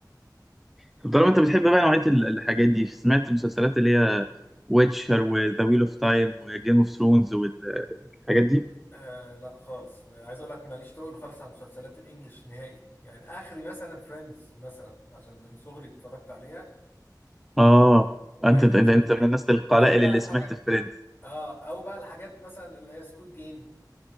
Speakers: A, in the centre; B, on the left.
A: طب طالما انت بتحب بقى نوعيه ال- الحاجات دي سمعت مسلسلات اللي هي ويتشر وذا ويل اوف تايم وجيم اوف ثرونز وال الحاجات دي
B: آه لا خالص عايز اقول لك ماليش تقل خالص على مسلسلات الانجليش نهائي يعني اخري مثلا فريندز مثلا عشان من صغري اتفرجت عليها
A: اه
B: وبعيد
A: انت انت
B: وازيد
A: انت
B: فيها
A: من الناس القلائل
B: او بقى
A: اللي
B: الحاجات
A: سمعت في فريندز
B: اه او بقى الحاجات مثلا اللي هي سكويد جيم